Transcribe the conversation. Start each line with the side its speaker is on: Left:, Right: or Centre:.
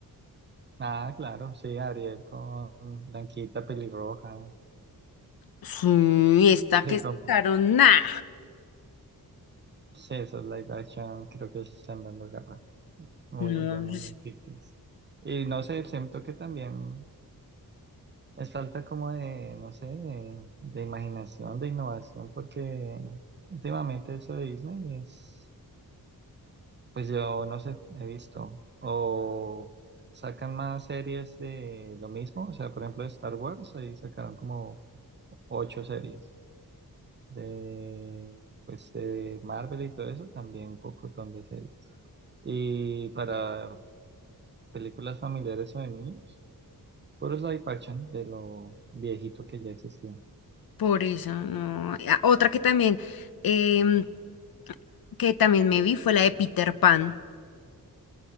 Right: Ah, claro, sí, Ariel con Blanquita pelirroja.
Left: Sí, esta
Right: Sí,
Left: que sacaron,
Right: con-
Left: nah,
Right: sí, esos live action creo que se están dando garra. Muy,
Left: no,
Right: ya muy
Left: es
Right: ficticios. Y no sé, siento que también. Es falta como de, no sé, de, de imaginación, de innovación, porque últimamente eso de Disney es, pues yo no sé, he visto, o sacan más series de lo mismo, o sea, por ejemplo, de Star Wars, ahí sacaron como ocho series, de, pues de Marvel y todo eso, también un pocotón de series. Y para películas familiares o de niños, puros live action de lo viejito que ya existía.
Left: por eso, no. Ah, Otra que también, em, que también me vi fue la de Peter Pan.